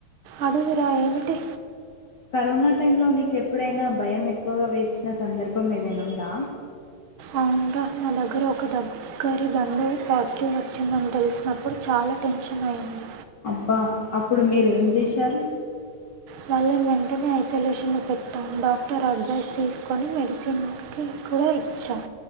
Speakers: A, on the right (about 60°); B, on the left (about 40°).
A: అడుగురా ఏమిటి
B: కరోనా టైం లో నీకు ఎప్పుడైనా భయం ఎక్కువగా వేసిన సందర్భం ఏదైనా ఉందా
A: అవున్రా మా దగ్గర ఒక దగ్గరి బంధువు పాజిటివ్ వచ్చిందని తెలిసినప్పుడు చాల్ టెన్షన్ అయ్యింది
B: అబ్బా అప్పుడు మీరేం జేశారు
A: వాళ్ళని వెంటనే ఐసోలేషన్ లో పెట్టాం డాక్టర్ అడ్వైస్ తీసుకొని మెడిసిన్ కి కూడ ఇచ్చాం